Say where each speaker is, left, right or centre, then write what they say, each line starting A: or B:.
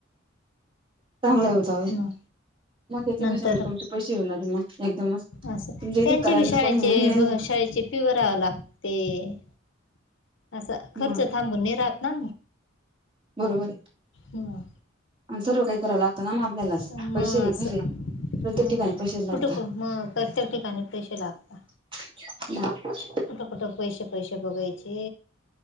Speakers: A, on the right (about 25°); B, on the left (about 65°).
A: चांगला हो जाऊदे
B: मग
A: मक्याचे
B: नंतर
A: कशे मग तुमचे पैशे येऊन जातील ना, एकदमच.
B: असं,
A: तुमच्या इथे
B: त्यांचे
A: करायलाच
B: बी शाळेचे,
A: कोणी नाही मेन
B: हो
A: मग
B: शाळेची फि भरावी लागते. असा, खर्च
A: मग
B: थांबून नाही राहत ना.
A: बरोबर ये
B: हं.
A: आणि सर्व काही कराव लागतं ना आपल्यालाच
B: समा
A: पैसे
B: स
A: कसे प्रत्येक
B: मग
A: ठिकाणी पैसेच लागतात
B: कुठे, कुठ मग, प्रत्येक ठिकाणी पैशे लागतात.
A: <inaudible>
B: कुठं -कुठं पैसे पैसे बघायचे?